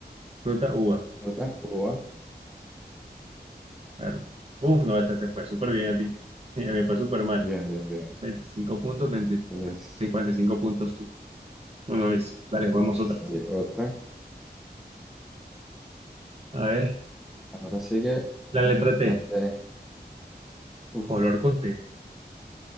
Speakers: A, on the right; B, in the centre.
A: Fruta, uva.
B: Fruta, uva.
A: Claro. Uf, no, esta se fue súper bien a ti. <laughs> A mí me fue súper mal.
B: Bien, bien, bien.
A: veinticinco puntos, 20
B: Entonces,
A: 55 puntos tú. Bueno, listo. Dale,
B: pues,
A: juguemos otra.
B: hay otra.
A: A ver,
B: Ahora sigue
A: la
B: mm,
A: letra T.
B: la T. Uf,
A: Color con T.